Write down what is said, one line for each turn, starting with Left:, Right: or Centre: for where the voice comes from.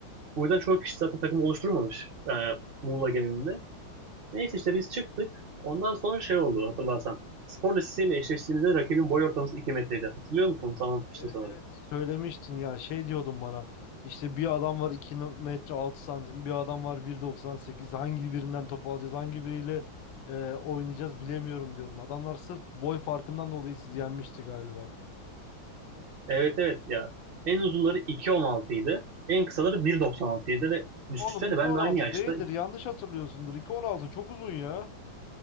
Right: Bu yüzden çoğu kişi zaten takım oluşturmamış e, Muğla genelinde. Neyse işte biz çıktık. Ondan sonra şey oldu hatırlarsan. Spor lisesiyle eşleştiğimizde rakibin boy ortalaması 2 metreydi. Hatırlıyor musun? Sana anlatmıştım
Left: Evet
Right: sanırım.
Left: evet söylemiştin ya şey diyordun bana işte bir adam var iki metre altı santim bir adam var bir doksan sekiz hangi birinden top alacağız hangi biriyle e, oynayacağız bilemiyorum diyordun. Adamlar sırf boy farkından dolayı sizi yenmişti galiba.
Right: Evet evet ya. En uzunları 2.16 idi. En kısaları 1.96 idi ve düşünsene
Left: Oğlum iki
Right: ben
Left: on
Right: de
Left: altı
Right: aynı yaşta.
Left: değildir yanlış hatırlıyorsundur iki on altı çok uzun ya.